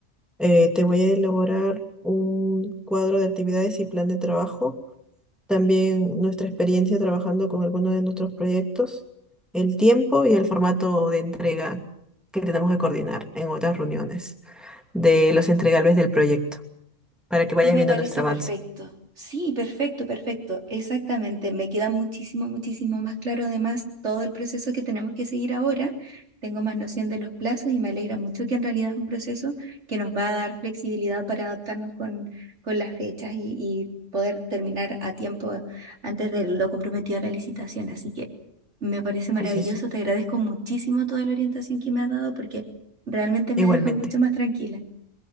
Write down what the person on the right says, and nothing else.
Me
parece
perfecto. Sí, perfecto, perfecto. Exactamente. Me queda muchísimo, muchísimo más claro además todo el proceso que tenemos que seguir ahora. Tengo más noción de los plazos y me alegra mucho que en realidad es un proceso que nos va a dar flexibilidad para adaptarnos con, con las fechas y, y poder terminar a tiempo antes de lo comprometido a la licitación. Así que me parece maravilloso.
Te agradezco muchísimo toda la orientación que me has dado porque realmente me
deja mucho más tranquila.